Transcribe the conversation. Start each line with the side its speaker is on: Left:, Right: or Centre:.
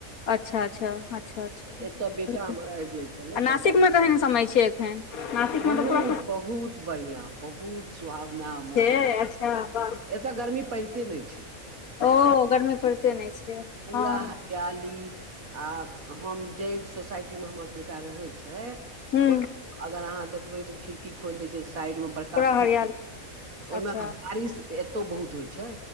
Left: अच्छा अच्छा अच्छा अच्छा
Right: एतय बेटा हमर आबि गेल छलै
Left: आ नासिक
Right: बड़का बेटा
Left: मे केहन समय छै एखन नासिक
Right: बहुत
Left: मे तऽ पूरा
Right: बहुत बढ़िया बहुत सुहावना मौस
Left: ए अच्छा बाह
Right: एतऽ गर्मी पड़िते नहि छै
Left: ओ गर्मी पड़िते नहि छै
Right: पूरा
Left: हँ
Right: हा पियाली आ हम जै सोसायटी मे हमर बेटा रहय छै
Left: हूँ
Right: ओअ अगर अहाँ देखबय तऽ खिड़की खोली दै छै साइड मे बड़
Left: पूरा
Right: काफी
Left: हरियाली
Right: ओहिमे
Left: अच्छा
Right: क बारिश ए बहुत होय छै